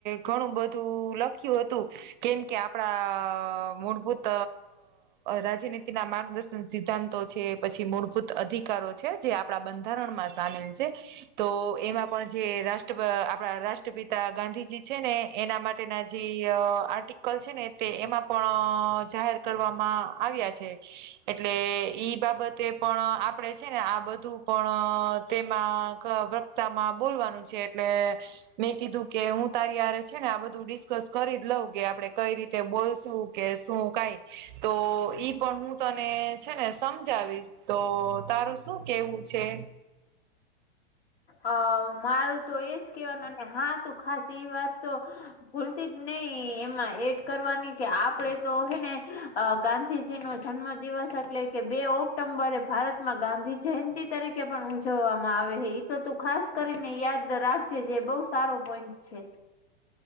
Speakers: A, on the right (about 50°); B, on the left (about 85°).
A: ઘણું બધું લખ્યું હતું કેમ કે આપડા મૂળભૂત રાજનીતિ ના માર્ગદર્શન સિદ્ધાંતો છે પછી મૂળભૂત અધિકારો છે જે આપણા બંધારણમાં સામેલ છે તો એમાં પણ જે રાષ્ટ રા આપણા રાષ્ટ્રપિતા ગાંધીજી છે ને એના માટેના જે આર્ટ લ છે ને તે એમાં પણ જાહેર કરવામાં આવ્યા છે એટલે ઈ બાબત તે પણ આપડે છે ને આ બધું પણ તેમાં વ્રક્તામાં બોલવાનું છે એટલે મેં કીધું કે હું તારી છે ને આ બધું સ કરી જ લઉં કે આપણે કઈ રીતે બોલશું કે શું કઈ તો ઈ પણ હું તને છે ને સમજાવીશ તો તારું શું કેવું છે
B: અ મારું તો એજ કેવાનું ને હા તું ખાસ એ વાત તો ભૂલતી જ નઈ એમાં એડ કરવાની કે આપડે તો હેને અ ગાંધીજી નો જન્મ દિવસ એટલે કે બે ઓક્ટોમ્બરે ભારતમાં ગાંધી જયંતિ તરીકે પણ ઉજવવામાં આવે હ તો તું ખાસ કરીને યાદ રાખજેજ બઉ સારો પોઈન્ટ છે